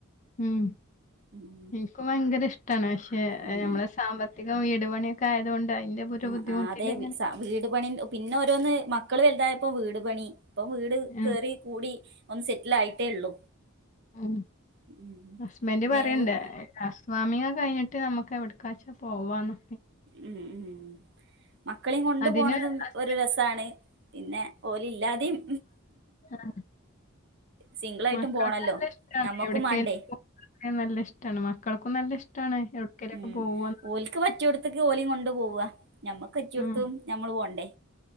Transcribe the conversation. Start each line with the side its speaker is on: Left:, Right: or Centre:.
Left: ഉം
Right: ഉം
Left: എനിക്കും ഭയങ്കര ഇഷ്ടാണ് പക്ഷെ
Right: ഉം
Left: നമ്മളെ സാമ്പത്തി കം വീട് പണിയൊക്കെ ആയത് കൊണ്ട് അതിന്റെ ഒരു
Right: ആ
Left: ബുദ്ധിമുട്ടിലിങ്ങനെ
Right: ആ അതെ വി- സ- വീട് പണിം പിന്നെ ഓരോന്ന് മക്കള് വലുതായപ്പോ വീട് പണി ഇപ്പം വീട്
Left: ഉം.
Right: കേറി കൂടി ഒന്ന് സെറ്റിൽ ആയിട്ടേ ഉള്ളൂ
Left: ഉം
Right: ഉം.
Left: ഹസ്ബൻഡ്
Right: നേ-
Left: പറയണ്ട ഹൗസ്‌ വാമിങ്ങൊക്കെ കഴിഞ്ഞിട്ട് നമുക്ക് എവിടെക്കാച്ചാ പോവാന്ന്
Right: ഉം ഉം മക്കളെയും കൊണ്ട്
Left: അതിന്
Right: പോണതും
Left: ഹസ്ബൻഡ്
Right: ഒരു രസാണ് പിന്നെ ഓലില്ലാതെയും
Left: ആ.
Right: സിംഗിളായിട്ടും
Left: മക്കളൊക്കെ
Right: പോണല്ലോ
Left: നല്ല ഇഷ്ടാണ്.
Right: നമ്മക്കും
Left: എവിടേക്കേലും
Right: വേണ്ടേ
Left: <unintelligible> നല്ല ഇഷ്ടാണ് മക്കൾക്കും നല്ല ഇഷ്ടാണ് എവിടെക്കേലൊക്കെ
Right: ഉം
Left: പോവാ
Right: ഓൽക്ക് പറ്റിയടുത്തൊക്കെ ഓലെ കൊണ്ട് പോവാ നമ്മക്ക് പറ്റിയെടുത്തും
Left: ഉം.
Right: നമ്മള് പോകണ്ടേ